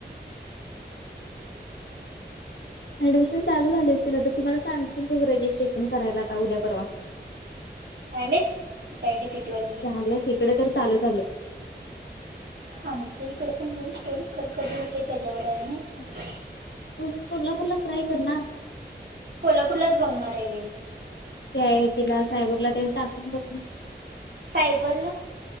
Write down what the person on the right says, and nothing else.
काय माहित, ती काय डीकेटी वाली
आमच इकडे पण होईल सोड खर कधी हुतय तेज्यावर हाय नई आता.
कोल्हापूरलाच बघणार आहे. <unintelligible>
सायबरला